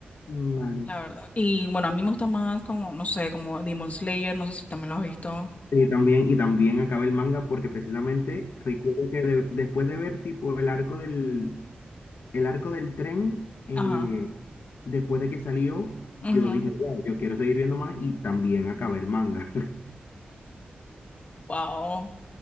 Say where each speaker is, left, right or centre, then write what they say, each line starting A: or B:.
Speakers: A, on the left; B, on the left.
A: Vale.
B: La verdad. Y bueno, a mí me gusta más como, no sé, como Demon Slayer, no sé si también lo has visto.
A: Y también, y también acaba el manga porque precisamente recuerdo que de- después de ver tipo el arco del, el arco del tren, eh,
B: Ajá.
A: después de que salió, yo
B: Ujú.
A: dije, wow, yo quiero seguir viendo más y también acabé el manga. <laughs>
B: Wow.